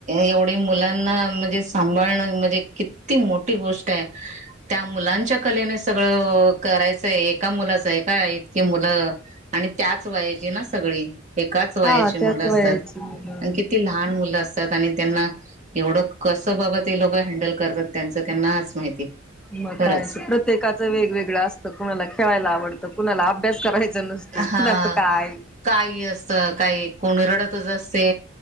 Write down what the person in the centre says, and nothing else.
हा
त्याच
वयाची मुलं.
मग
काय प्रत्येकाचं वेगवेगळं असतं कुणाला खेळायला आवडतं कुणाला अभ्यास करायच...
कुणाचं काय...